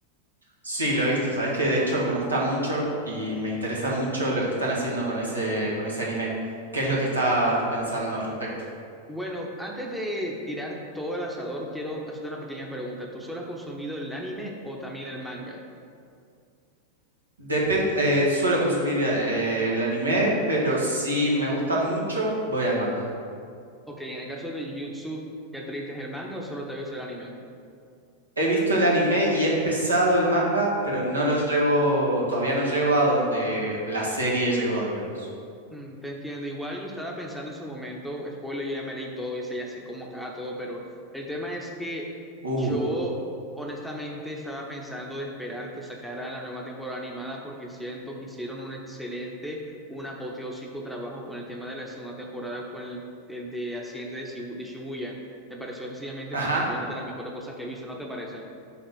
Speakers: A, on the right; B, in the centre.
A: Sí, lo he visto, sabes que de hecho me gusta mucho y me interesa mucho lo que están haciendo con ese, con ese anime. ¿Qué es lo que estás pensando al respecto?
B: Bueno, antes de tirar todo el asador, quiero hacerte una pequeña pregunta. ¿Tú solo has consumido el anime o también el manga?
A: Depen- eh, suelo consumir eh, el anime, pero si me gusta mucho, voy al manga.
B: Ok, en el caso de Jujutsu, ¿ya te leíste el manga o solo te has visto el anime?
A: He visto el anime y he empezado el manga, pero no lo llevo, todavía no llego a donde la serie llegó, digamos.
B: Mm, Te entiendo. Igual yo estaba pensando en su momento, spoiler, yo ya me leí todo, ya sé, ya sé cómo acaba todo, pero el tema es que yo
A: Uh.
B: honestamente estaba pensando de esperar que sacaran la nueva temporada animada porque siento que hicieron un excelente, un apoteósico trabajo con el tema de la segunda temporada, con el, el de accidente de, Shibu- de Shibuya. Me pareció sencillamente
A: Ajá.
B: como que una de las mejores cosas que he visto, ¿no te parece?